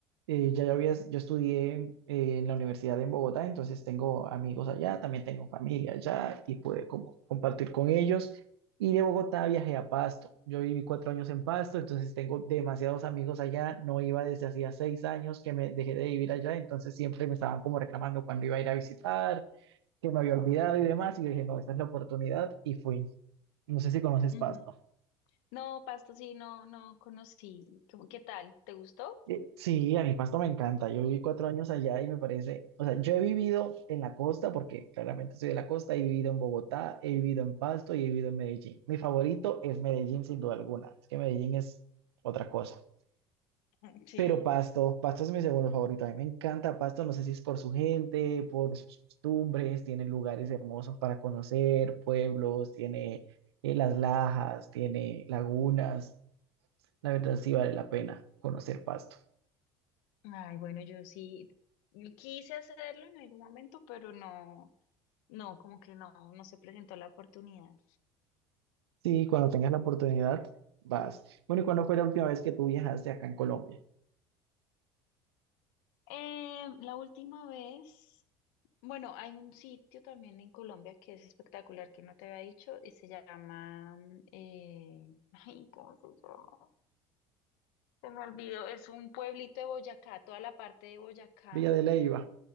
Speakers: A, on the right; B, on the left.
A: Eh, ya yo había, yo estudié eh, en la universidad en Bogotá, entonces tengo amigos allá, también tengo familia allá y pude como compartir con ellos. Y de Bogotá viajé a Pasto. Yo viví cuatro años en Pasto, entonces tengo demasiados amigos allá. No iba desde hacía seis años que me dejé de vivir allá, entonces siempre me estaban como reclamando cuando iba a ir a visitar, que me había olvidado y demás. Y yo dije, no, esta es la oportunidad y fui. No sé si conoces
B: Ujú.
A: Pasto.
B: No, Pasto, sí, no, no conocí. ¿Cómo- ¿Qué tal? ¿Te gustó?
A: Eh, Sí, a mí Pasto me encanta. Yo viví cuatro años allá y me parece, o sea, yo he vivido en la costa, porque claramente soy de la costa, he vivido en Bogotá, he vivido en Pasto y he vivido en Medellín. Mi favorito es Medellín, sin duda alguna. Es que Medellín es otra cosa.
B: Mm, Sí.
A: Pero Pasto, Pasto es mi segundo favorito. A mí me encanta Pasto, no sé si es por su gente, por sus costumbres, tiene lugares hermosos para conocer, pueblos, tiene eh, las lajas, tiene lagunas. La verdad sí vale la pena conocer Pasto.
B: Ay, bueno, yo sí quise hacerlo en algún momento, pero no, no, como que no, no se presentó la oportunidad.
A: Sí, cuando tengas la oportunidad, vas. Bueno, ¿y cuándo fue la última vez que tú viajaste acá en Colombia?
B: Eh, la última vez, bueno, hay un sitio también en Colombia que es espectacular que no te había dicho y se llama, mm, eh, ay, ¿cómo se llama? Se me olvidó, es un pueblito de Boyacá, toda la parte de Boyacá,
A: Villa de Leyva,